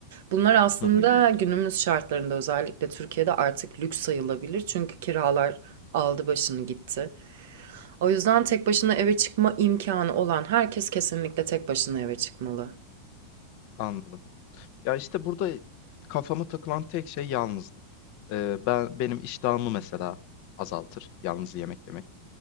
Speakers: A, on the right; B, on the left.
A: Bunlar aslında
B: Hı hı.
A: günümüz şartlarında özellikle Türkiye'de artık lüks sayılabilir. Çünkü kiralar aldı başını gitti. O yüzden tek başına eve çıkma imkanı olan herkes kesinlikle tek başına eve çıkmalı.
B: Anladım. Ya işte burada kafama takılan tek şey yalnızlık. Ee, ben benim iştahımı mesela azaltır yalnız yemek yemek.